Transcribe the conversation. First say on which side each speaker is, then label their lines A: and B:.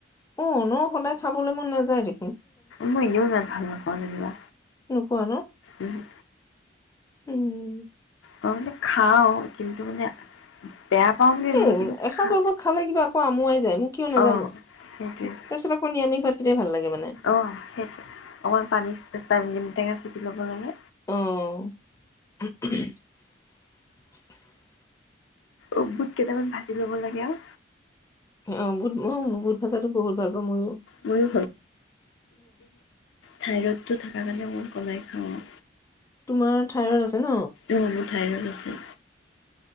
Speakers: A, on the left; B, on the left.
A: অ', ন', সদায় খাবলৈ মন নাযায় দেই‌
B: মই', এনেও মাছ ভাল নাপাওঁ যেনিবা
A: নোপোৱা ন
B: উম',
A: উম
B: অ', মানে খাওঁ কিন্তু মানে, বেয়া পাওঁ বুলি
A: এই
B: নহয় কিন্তু
A: এসাঁজৰ
B: খা
A: পৰা খালে কিবা, কিবা আমুৱাই যায় কিয় নাজানো
B: অ সেইটোৱে
A: তাৰ পিছত কণী আনি, তোকে ভাল লাগে, মানে
B: অ', সেইটো অকন পানী চিতাই - চিতাই দিম। টেঙা চেপি ল'ব লাগে,
A: অহ
B: অ', বুট কেইটামান ভাজি ল'ব লাগে, আৰু
A: আহ', বুত উম, বুত ভাজাটো বহুত ভাল পাওঁ মইও,
B: ময়ো থাইৰডটো থাকা কাৰনে, অলপ কমাই খাওঁ।
A: তোমাৰ থাইৰইড আছে, ন
B: উম', মোৰ থাইৰড আছে।